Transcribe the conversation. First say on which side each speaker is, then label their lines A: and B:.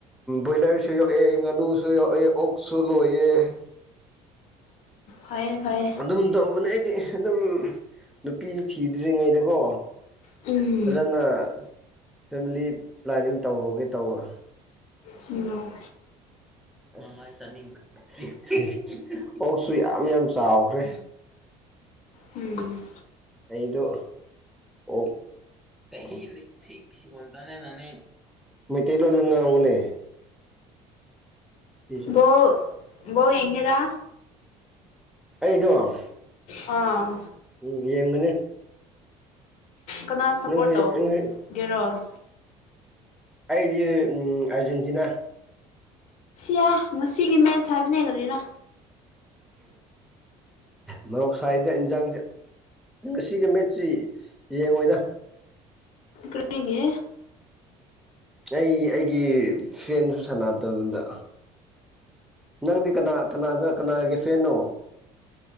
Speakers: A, in the centre; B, on the left.
A: ꯕꯣꯏꯂꯔꯁꯨ ꯌꯣꯛꯑꯦ ꯉꯥꯅꯨꯁꯨ ꯌꯣꯛꯑꯦ ꯑꯣꯛꯁꯨ ꯂꯣꯏꯑꯦ
B: ꯐꯩꯌ‌ꯦ ꯐꯩꯌ‌ꯦ
A: ꯑꯗꯨꯝ ꯇꯧꯕꯅꯦ ꯑꯩꯗꯤ ꯑꯗꯨꯝ ꯅꯨꯄꯤ ꯊꯤꯗ꯭ꯔꯤꯉꯩꯗꯀꯣ
B: ꯎꯝ
A: ꯐꯖꯅ ꯐꯦꯃꯤꯂꯤ ꯄ꯭ꯂꯥꯅꯤꯡ ꯇꯧꯍꯧꯒꯦ ꯇꯧꯕ
B: ꯁꯤꯅꯣ
A: <unintelligible> ꯑꯣꯛꯁꯨ ꯌꯥꯝ ꯌꯥꯝ ꯆꯥꯎꯈ꯭ꯔꯦ
B: ꯎꯝ
A: ꯑꯩꯗꯣ ꯑꯣꯛ <unintelligible> <unintelligible> ꯃꯩꯇꯩꯂꯣꯟꯗ ꯉꯥꯡꯉꯨꯅꯦ ꯁꯤꯁꯦ
B: ꯕ‌ꯣꯜ ꯕꯣꯜ ꯌꯦꯡꯉꯤꯔ
A: ꯑꯩꯗ‌ꯣ
B: ꯑꯥ
A: ꯎꯝ ꯌꯦꯡꯒꯅꯤ
B: ꯀꯅꯥ ꯁꯞꯄꯣꯔꯠ
A: ꯅꯪꯁꯨ
B: ꯇꯧꯒꯦꯔꯣ
A: ꯅꯪꯁꯨ ꯑꯩꯗꯤ ꯎꯝ ꯑꯥꯔꯖꯦꯟꯇꯤꯅꯥ
B: ꯌꯥ ꯉꯁꯤꯒꯤ ꯃꯦꯠꯁ ꯍꯥꯏꯕꯅꯦ ꯀꯔꯤꯔꯥ
A: ꯃ‌ꯣꯔꯣꯛ ꯁꯥꯏꯗ ꯏꯟꯖꯥꯡꯁꯦ꯫ ꯉꯁꯤꯒꯤ ꯃꯦꯠꯁꯤ ꯌꯦꯡꯉꯣꯏꯗ꯫
B: ꯀꯔꯤꯒꯤ
A: ꯑꯩ ꯑꯩꯒꯤ ꯐꯦꯟꯁꯨ ꯁꯥꯟꯅꯗꯕꯗ꯫ ꯅꯪꯗꯤ ꯀꯅꯥ ꯀꯅꯥꯗ ꯀꯅꯥꯒꯤ ꯐꯦꯟꯅꯣ